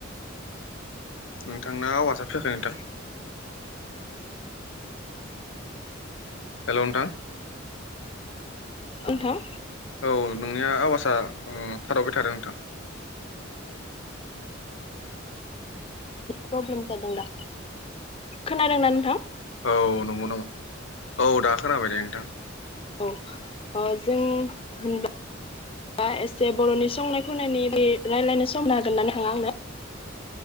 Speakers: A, on the left; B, on the left.
A: नोंथांना आवासा फैयाखै नोंथां। हेल' नोंथां
B: नोंथां
A: औ नोंनिया आवासआ थाथबाय थादों नोंथां
B: प्रब्लेम जादों दा खोनादों ना नोंथां
A: औ नंगौ नामा औ दा खोनाबाय दे नोंथां
B: औ जों होनबा एसे बर'नि संनाय खावनायनि बे रायलायनो सम होनो हागोन ना नोंथाङा आंनो